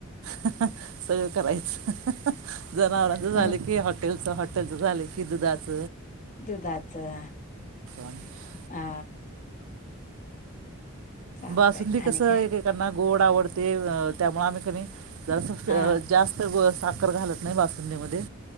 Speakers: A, on the right; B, on the left.
A: ह, ह सगळं करायचं ह, ह, ह जनावरांच झालं
B: अ
A: की हॉटेलच हॉटे लच झाले कि दुधाच
B: दुधाच हा,
A: आम्ही
B: हा चालतय
A: बासुंदी
B: आणि
A: कस एकेकांना
B: काय?
A: गोड आवडते त्यामुळे आम्ही कणी जराच अ
B: हा
A: जास्त ग साखर घालत नाही बासुंदीमध्ये